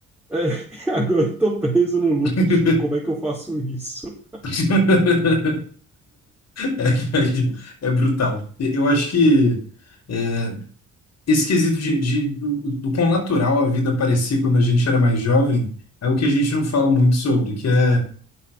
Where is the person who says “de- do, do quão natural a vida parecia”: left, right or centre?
Left